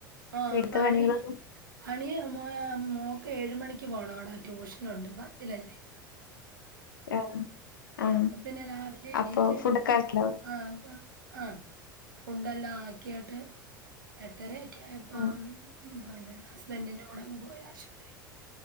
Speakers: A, on the right; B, on the left.
A: ആഹ
B: വീട്ട്ത്തെ
A: പണി
B: പണികളൊന്നും
A: പണ മ മോക്ക് ഏഴ മണിക്ക് പോണംഡാ ട്യൂഷൻുണ്ട് പത്തിലല്ലേ
B: ആ ആ
A: അപ്പൊ പിന്നെ രാവിലെ എണീറ്റ്
B: അപ്പൊ ഫുഡൊക്കെ ആക്കിയോ
A: ആ ആ ഫു എല്ലാം ആക്കിട്ട് എട്ടര <unintelligible>
B: ആ
A: ന്നെ ഹസ്ബൻറിന്റെ കൂടെ അങ്ങ് പോയി ആശുപത്രി